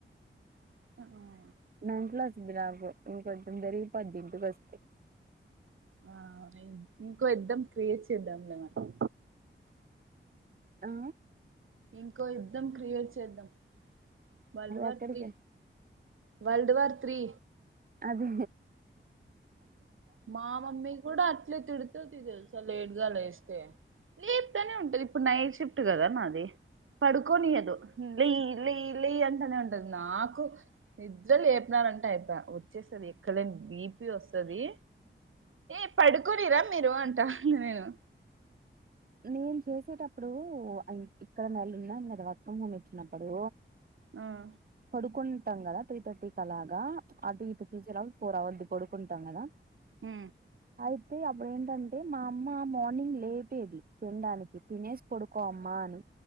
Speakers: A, on the right (about 85°); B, on the right (about 45°).
A: <inaudible>
B: మెంటల్ నాకు ఇంకొంచెం పెరిగిపోద్ది నాకు ఇంటికొస్తే
A: ఆ ఇంకో యుద్దం క్రియేట్ చేద్దాంలే మనం
B: ఆ
A: ఇంకో యుద్ధం క్రియేట్ చేద్దాం వరల్డ్ వార్
B: ఎక్కడికి
A: త్రీ వరల్డ్ వార్ త్రి
B: అగు
A: మా మమ్మీ కూడా అట్లే తిడుతుంది తెలుసా లేట్ గా లేస్తే లేప్తనే ఉంటుది ఇప్పుడు నైట్ షిఫ్ట్ కదా నాది పడుకోనియదు లే లే లే అంటనే ఉంటది నాకు నిద్ర లేపునా అంటే అయిపోయే వచ్చేస్తుంది ఎక్కడ లేని బీపి వస్తుది ఏ పడుకోనియారా మీరు అంటా ఇగ నేను
B: నేను చేసేటప్పుడు ఇక్కడ నేల ఉన్నాను కదా వర్క్ ఫ్రమ్ హోమ్ వచ్చినప్పుడు
A: ఆహ
B: పడుకుంటాం కదా త్రీ థర్టీ కలాగా అటు ఇటు ఫ్యూచర్ ఫోర్ అవర్స్ ది పడుకుంటాం కదా
A: మ్
B: అయితే అప్పుడ ఏంటంటే మా అమ్మ మార్నింగ్ లే పెది తినడానికి తినేసి పడుకోమ్మా అని